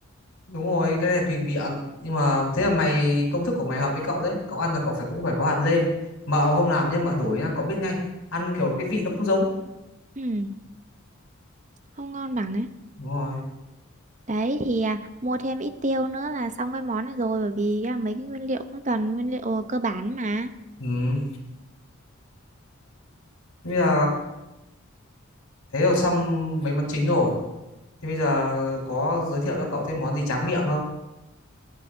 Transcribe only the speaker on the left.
Đúng rồi, cái này là tùy miệng nhưng mà thế là mày công thức của mày hợp với cậu đấy. Cậu ăn là cậu phải cũng phải có hạt lêm. Mà hôm làm nhá, mà đổi nhá, cậu biết ngay. Ăn kiểu cái vị nó không giống
đúng rồi
ừ. Thế bây giờ thế rồi xong mấy món chính rồi thế bây giờ có giới thiệu cho cậu thêm món gì tráng miệng không